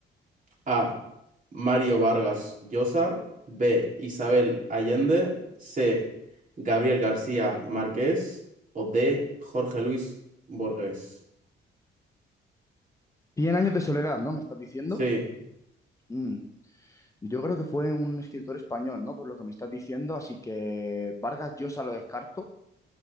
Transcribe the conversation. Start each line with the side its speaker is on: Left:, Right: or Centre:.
Right: A. Mario Vargas Llosa. B. Isabel Allende. C. Gabriel García Márquez. O D. Jorge Luis Borges.
Left: 100 años de soledad, ¿no? ¿Me estás diciendo?
Right: Sí,
Left: Mm. Yo creo que fue un escritor español, ¿no? Por lo que me estás diciendo, así que Vargas Llosa lo descarto.